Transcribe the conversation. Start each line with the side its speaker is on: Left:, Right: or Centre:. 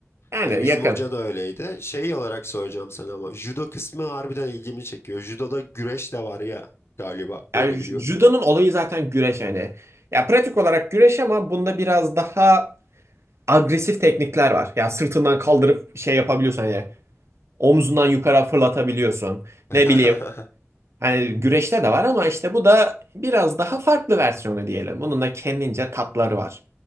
Right: Yani
Left: Hani bizim
Right: yakın.
Left: hoca da öyleydi. Şey olarak soracağım sana ama judo kısmı harbiden ilgimi çekiyor. Judoda güreş de var ya galiba
Right: Yani
Left: öyle biliyorum.
Right: judo'nun olayı zaten güreş yani. Ya pratik olarak güreş ama bunda biraz daha agresif teknikler var. Ya sırtından kaldırıp şey yapabiliyorsun hani omzundan yukarı fırlatabiliyorsun.
Left: <laughs>
Right: Ne bileyim hani güreşte de var ama işte bu da biraz daha farklı versiyonu diyelim. Bunun da kendince tatları var.